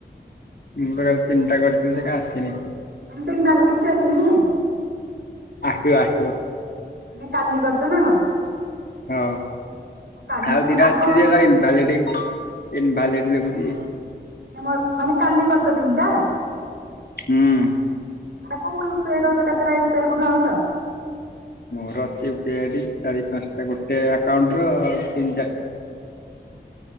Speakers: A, on the left; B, on the right.
A: ମୁଁ ତ କାଲି ତିନିଟା କରିଥିଲି ଯେ କାଇଁ ଆସିନି।
B: ମାନେ ତିନିଟା ଆଙ୍କ କିଛି ଆସିନି।
A: ଆସି ଆସିବ।
B: ମାନେ କାଲି କରିଛ ନା କଣ।
A: ହଁ
B: କାଲି
A: ଆଉ
B: ମୁଁ
A: ଦିଇଟା
B: ଆଗରୁ
A: ଅଛି ଯେ
B: ଯୋଉ
A: କଁ ଇନଭାଲିଡି ଇନ୍ଭାଲିଡି ଲେଖୁଚି।
B: ମୁଁ ମୋର ମାନେ କାଲି କରଛ ତିନି ଟା।
A: ହୁଁ।
B: ମାନେ କୋଉ ୟୁପିଆଇ ଦଉଛ କେତେଟା ୟୁପିଆଇ କୋଉଠୁ ଆଣୁଛ।
A: ମୋର ଅଛିି ୟୁପିଆଇଡି ଚାରି ପାଞ୍ଚଟା ଗୋଟେ ଆକାଉଣ୍ଟ ର ତିନି ଚାରିଟା।